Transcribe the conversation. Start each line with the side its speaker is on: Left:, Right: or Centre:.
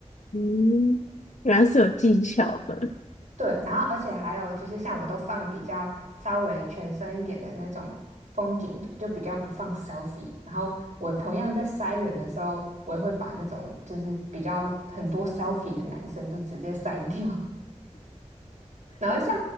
Left: 嗯，原来是有技巧的。
Right: 对，然后而且还有就是像我都放比较稍微全身一点的那种风景图，就比较不放 selfie。然后我同样在筛人的时候，我也会把那种就是比较很多 selfie 的男生就直接筛掉。然后像